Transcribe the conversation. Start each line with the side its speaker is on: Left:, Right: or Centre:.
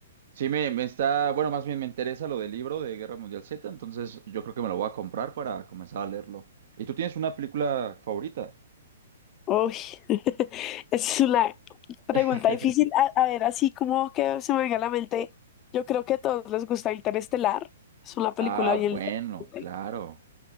Right: Sí, me, me está, bueno, más bien me interesa lo del libro de Guerra Mundial Z, entonces yo creo que me lo voy a comprar para comenzar a leerlo. ¿Y tú tienes una película favorita?
Left: Uy, <laughs> es una pregunta
Right: <laughs>
Left: difícil. A, a ver, así como que se me venga a la mente, yo creo que a todos les gusta Interestelar. Es una película
Right: Ah,
Left: bien...
Right: bueno,
Left: interesante.
Right: claro.